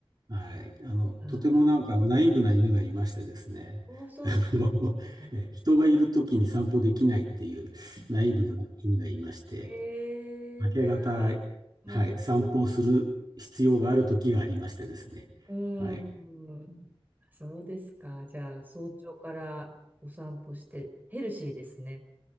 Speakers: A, on the right; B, on the right.
A: はい。あの、
B: あ、
A: とてもなんかナイーブな犬がいましてですね。
B: ああ、そうなの。
A: <laughs> えー人がいる時に散歩できないっていうナイーブな犬がいまして、
B: ええじゃあ、
A: 明け方、
B: うん、
A: はい、散歩をする必要がある時がありましてですね。
B: うん。
A: はい。
B: そうですか。じゃあ、早朝からお散歩してヘルシーですね。